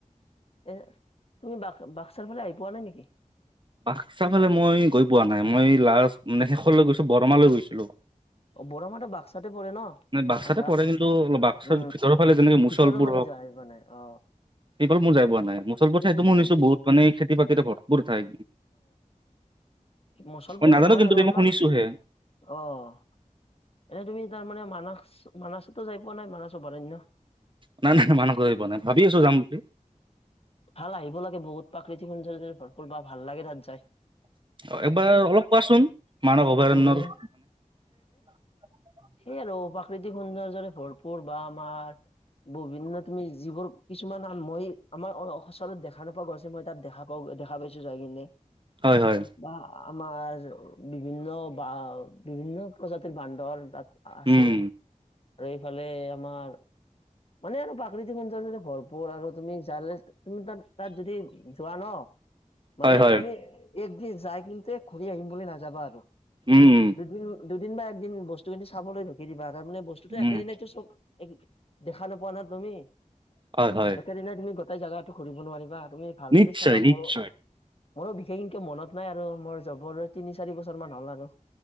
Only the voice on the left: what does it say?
এ, তুমি বাক-বাক্সাৰ ফালে আহি পোৱা নাই নেকি?
অ', বৰমাটো বাক্সাতে পৰে ন?
আধা
উম,
ভিতৰৰ ফালে
যোৱা আহিব নাই অ'।
উম।
মুছলপুৰ
নহয়
আৰু
আমাৰ
অ' এনেই তুমি তাৰমানে মানাস মানাসতো যায় পোৱা নাই? মানাস অভয়াৰণ্য।
ভাল আহিব লাগে বহুত প্ৰাকৃতিক সুন্দৰ্যৰে ভৰপূৰ বা ভাল লাগে তাত যায়।
দুবাৰ মান
সেয়ে আৰু প্ৰাকৃতিক সৌন্দৰ্যৰে ভৰপুৰ বা আমাৰ বভিন্ন তুমি যিবোৰ কিছুমান আ, মই আমাৰ সচৰত দেখা নোপোৱা গছ সেই মই তাত দেখা পাও, দেখা পাইছো যায় কিনে
বা আমাৰ বিভিন্ন বা বিভিন্ন প্ৰজাতিৰ বান্দৰ তাত আছে
আৰু এইফালে আমাৰ মানে আৰু প্ৰাকৃতিক সৌন্দৰ্যৰে ভৰপূৰ আৰু তুমি জালে তুমি তাত তাত যদি যোৱা ন'
মানে
তুমি একদিন যাই কিন্তে ঘূৰি আহিম বুলি নাযাবা আৰু।
দুদিন দুদিন বা একদিন বস্তুখিনি চাবলৈ ৰখি দিবা তাৰমানে বস্তুটো
একেদিনতো চব দেখা নোপোৱা ন' তুমি।
একেদিনাই তুমি গোটেই জাগাটো ঘূৰিব নোৱাৰিবা। তুমি ভালদৰে
চাবা। ময়ো
মোৰো বিশেষ ইংকে মনত নাই আৰু মোৰ জবৰো তিনি চাৰি বছৰ মান হ'ল আৰু।